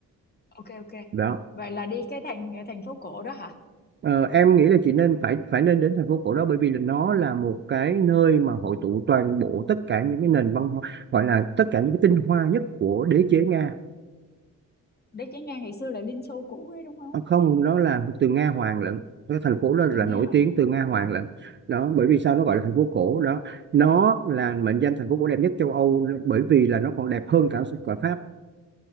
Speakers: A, on the left; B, on the right.
A: ok ok
B: đó
A: vậy là đi cái thành thành phố cổ đó hả
B: Ờ, em nghĩ là chị nên phải phải nên đến thành phố cổ đó bởi vì là nó là một cái
A: ừ.
B: nơi mà hội tụ toàn bộ tất cả những cái nền văn hóa gọi là tất cả những cái tinh hoa nhất của đế chế Nga
A: đấy chỉ nghe ngày xưa là Liên Xô cũ đấy đúng không
B: Ờ, không nó là từ Nga Hoàng lận cái thành phố đó là
A: từ Nga
B: nổi
A: Hoàng
B: tiếng từ Nga Hoàng
A: ừ.
B: lận đó bởi vì sao nó gọi là thành phố cổ đó nó là mệnh danh thành phố cổ đẹp nhất châu Âu bởi vì là nó còn đẹp hơn cả cả Pháp